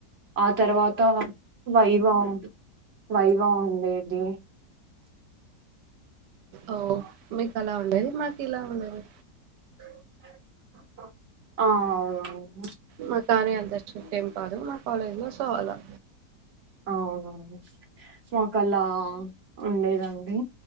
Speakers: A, on the right; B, on the right.
A: ఆ తర్వాత వైవా వైవా ఉండేది
B: ఓ మీకు అలా ఉండేది మాకు ఇలా ఉండేది
A: ఆవు
B: మా కానీ అంత స్ట్రిక్ట్ కాదు మా కాలేజ్ లో సో అలా
A: అవునా మాకు అలా ఉండేదండి